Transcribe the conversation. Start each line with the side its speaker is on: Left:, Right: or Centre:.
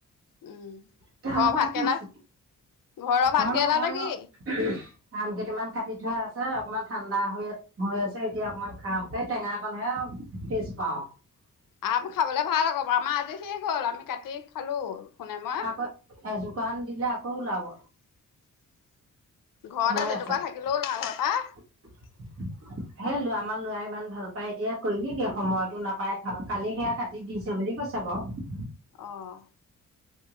Left: উম
Right: <unintelligible>
Left: ঘৰৰ
Right: পাপিছো
Left: ভাতকেৰেলা ঘৰৰ ভাতকেৰেলাটো
Right: ঘৰ-ঘৰ
Left: কি
Right: আম কেইটামান কাটি থোৱা আছে অকণমান ঠাণ্ডা হৈ হৈ আছে এতিয়া অকণমান খাও, এই টেঙাকণহে আৰু টেষ্ট পাওঁ।
Left: আম খাবলে ভাল আকৌ, আমাৰ আজি শেষ হ'ল আমি কাটি খালো। খুনে মই
Right: আকৌ এযোকাৰন দিলে আকৌ ওলাব,
Left: ঘৰতে
Right: ওলাই
Left: তেনেকুৱা
Right: আছে।
Left: থাকিলেও লাভ
Right: সেই
Left: হয় পাই
Right: ল আমাৰ ল'ৰাই ইমান ভাল পায় এতিয়া কৰিবি কি সময়তো নাপাই কালি সেয়া কাটি দিছে বুলি কৈছে বাৰু।
Left: অঁ